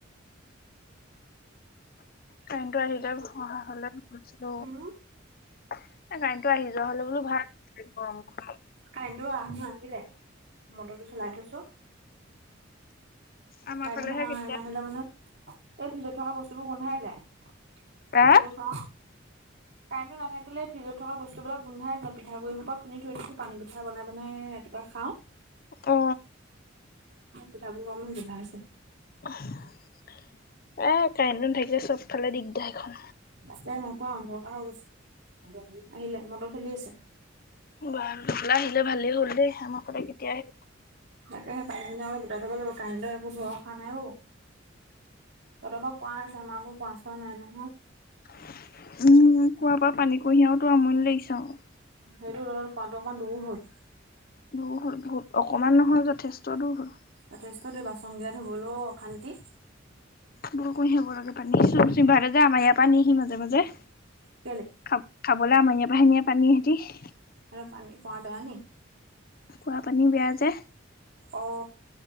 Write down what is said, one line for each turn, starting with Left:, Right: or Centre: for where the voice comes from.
Left: কাইন্টো আহিলে, অহা হ'লে আছিলোঁ।
Right: উম,
Left: এ কাৰেণ্টটো আহি যোৱা হ'লে বোলো ভাল আছিল গৰমখনত।
Right: কাৰেন্টো আহ আহিলে মটৰটো চলাই থৈছোঁ।
Left: আমাৰ
Right: কাইলৈ
Left: ফালেহে
Right: নহয়
Left: কেতিয়া
Right: নাহিলে মানে এই ফিজত থকা বস্তুবোৰ গোন্ধাই যায় পিঠাবোৰ
Left: আহ
Right: খো কাৰেণ্টো নাথাকিলে ফিজত থকা বস্তুবিলাক গোন্ধাই যায়। পিঠাগুড়ি শোপা খুন্দি থৈ দিছোঁ। পানী পিঠা বনাই-বনাই ৰাতিপুৱা খাওঁ।
Left: অ
Right: পিঠাবোৰ আকমান গোন্ধাই আছে।
Left: এ কাৰেণ্টন নাথাকিলে চবফালে দিগদাৰ। এখন
Right: তাতে ন' পুৰা অন্ধৰকাৰ হৈ গৈছে, আহিলে মটৰ চলি আছে।
Left: বাৰু <unintelligible> আহিলে ভালেই হ'ল দেই। আমাৰ ফালে কেতিয়া আহে
Right: তাকেহে পানী-চানী অকন গোটাই থব লাগিব কাৰেন্টৰ একো ভৰসা নাই অহ। তহঁতৰ বাৰু কোৱা আছে, আমাৰ আকৌ কোৱা-চোৱা নাই নহয়।
Left: উম, কোৱাৰ পৰা পানী কঢ়িয়াওটে আমনি লাগিছে আৰু।
Right: সেইটো তহঁতৰ কোৱা অকমান দূৰ হ'ল।
Left: দুৰ হ'ল বহুত, অকমান নহয় যথেষ্ট দূৰ হ'ল।
Right: যথেষ্ট দূৰ বাচন গিলা ধুবলৈও অশান্তি।
Left: বহুত কঢ়িয়াব লাগে পানী, চিম-চিম ভাৰতে যে আমাৰ ইয়াৰ পৰা নিহহি মাজে-মাজে।
Right: কেলে?
Left: খাব-খাবলৈ আমাৰ পৰাহে নিয়ে পানী সিঁহতে।
Right: আৰু পানী পা বেয়া নি?
Left: কোৱাৰ পানী বেয়া যে।
Right: ঔ।